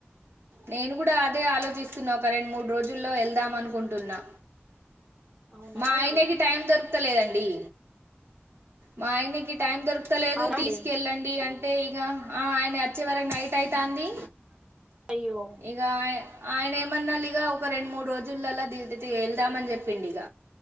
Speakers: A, on the right; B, on the right.
A: నేను కూడా అదే ఆలోచిస్తున్నా రెండు మూడు రోజుల్లో వెళ్దాం అనుకుంటున్నా
B: అవునా
A: మాయనేకి
B: అండి
A: టైమ్ దరు లేదండి మా ఆయనాకి టైం దొర్ కొత్తలేదు
B: అవునా
A: తీసుకెళ్ళండి
B: అండి
A: అంటే ఇగ ఆయన వచ్చే వరకు నైట్ అయితే తాంది
B: అయ్యో
A: ఇగా ఆయన ఏమన్నా ఇగ ఒక రెండు మూడు రోజులల దీ వెళ్దామని చెప్పిండు ఇగ